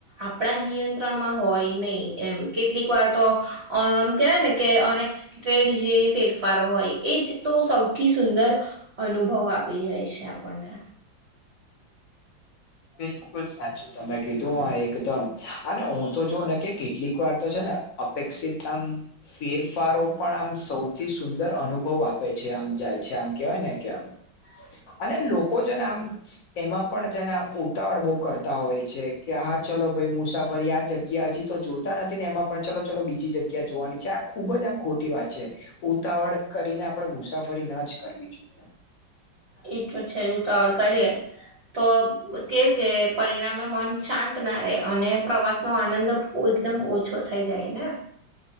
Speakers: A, on the right (about 55°); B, on the left (about 65°).
A: આપણા નિયંત્રણમાં હોય નહી. એમ કેટલીક વાર તો આમ કહેવાય ને કે અનેક <unintelligible> જે ફેરફારો હોય એ જ તો સૌથી સુંદર અનુભવ આપે પી જાય છે. આપણ ને
B: બિલકુલ સાચું તમે કીધું એકદમ અને હું તો જોઉ ને કે કેટલીક વાર તો છે ને અપેક્ષિત આમ ફેરફારો પણ આમ સૌથી સુંદર અનુભવ આપે છે. આમ જાય છે આમ કેવાય ને કે આમ
A: <inaudible>
B: અને લોકો છે ને આમ, એમાં પણ છે ને આમ ઉતાવળ બહુ કરતા હોય છે. કે હા ચાલો ભાઈ મુસાફરી આ જગ્યા હજી તો જોતા નથી ને એમાં પણ ચાલો ચાલો બીજી જગ્યા જોવાની છે. આ ખુબ જ આમ ખોટી વાત છે. ઉતાવળ કરીને આપણેે મુસાફરી ના જ કરવી જોઈએ.
A: એ તો છે. ઉતાવળ કરીએ તો એ કે પરિણામે મન શાંત ના રહે અને પ્રવાસ નો આનંદ એકદમ ઓછો થઈ જાય ને